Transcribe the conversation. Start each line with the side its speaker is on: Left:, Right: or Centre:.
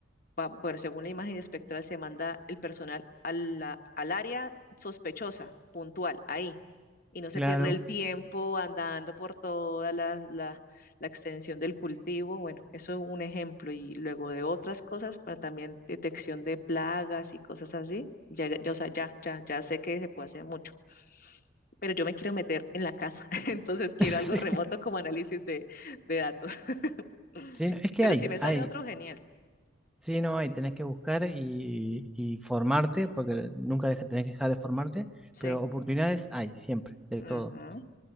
Left: va- bueno, según la imagen espectral, se manda el personal a la- al área sospechosa, puntual, ahí. Y no se
Centre: Claro.
Left: pierde el tiempo andando por toda la, la- la extensión del cultivo. Bueno, eso es un ejemplo. Y luego de otras cosas, pero también detección de plagas y cosas así. Ya, ya, o sea, ya, ya, ya sé que se puede hacer mucho. Pero yo me quiero meter en la casa. <laughs> Entonces quiero
Centre: <laughs>
Left: algo
Centre: Sí,
Left: remoto como análisis de, de datos. <laughs>
Centre: sí, no, es que
Left: Pero
Centre: hay,
Left: si me sale
Centre: hay,
Left: otro, genial.
Centre: sí, no hay, tenés que buscar y, y formarte, porque nunca deja- tenés que dejar de formarte,
Left: Sí.
Centre: pero oportunidades hay siempre, de
Left: Ujú.
Centre: todo.